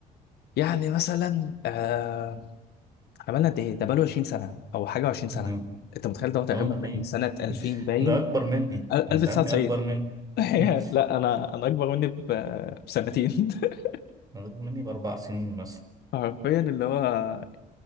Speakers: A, on the left; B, on the right.
A: يعني مثلا آه احنا بقالنا قد ايه ده بقاله 20 سنه او حاجه و20 سنه
B: مم.
A: انت متخيل ده هو تقريبا
B: آه، ده حقيقي
A: من سنه 2000
B: <laughs>
A: باين
B: ده أكبر مني
A: ال-
B: الأنمي
A: 1990
B: أكبر مني
A: <laughs>
B: <laughs>
A: لا انا انا اكبر مني ب- بسنتين <laughs>
B: أكبر مني بأربع سنين مثلا
A: حرفيا اللي هو